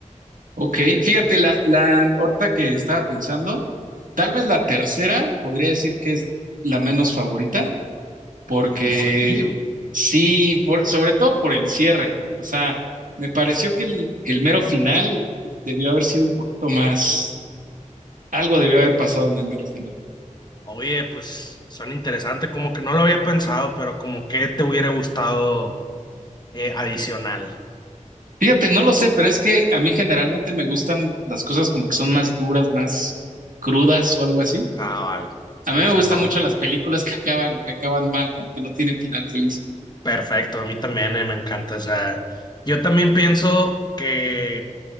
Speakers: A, on the right; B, on the left.
A: ok. Fíjate, la, la ahorita que estaba pensando, tal vez la tercera podría decir que es la menos favorita. porque
B: ¿En serio?
A: sí, por- sobre todo por el cierre. O sea, me pareció que el, que el mero final debió haber sido un poquito más, algo debió haber pasado en el mero final.
B: Oye, pues son interesantes, como que no lo había pensado, pero como que te hubiera gustado eh, adicional.
A: Fíjate, no lo sé, pero es que a mí generalmente me gustan las cosas como que son más duras, más crudas o algo así.
B: Ah, vale. Sí,
A: A mí me
B: o sea,
A: gustan
B: no.
A: mucho las películas que acaban, que acaban mal, ¿no? Que no tienen final feliz.
B: Perfecto, a mí también eh, me encanta. O sea, yo también pienso que